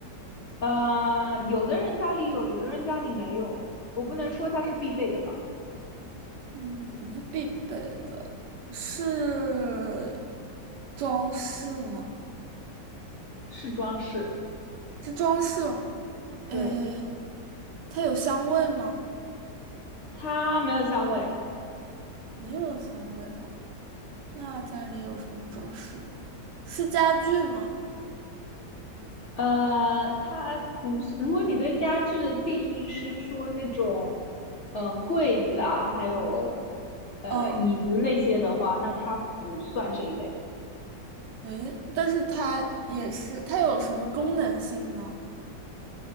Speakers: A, on the left; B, on the right.
A: 呃，有的人家里有，有的人家里没有，我不能说它是必备的吧，
B: 嗯，不是必备的，是装饰吗？
A: 是装饰，
B: 是装饰哦。呃，
A: 对，
B: 它有香味吗？
A: 它没有香味。
B: 没有香味哈、那家里有什么装饰吗是家具吗？
A: 呃，它不是，如果你对家具的定义是说那种，嗯，柜子啊，还有呃椅子那些的话，
B: 嗯，
A: 那它不算这一类。
B: 诶，但是它也是，它有什么功能性吗？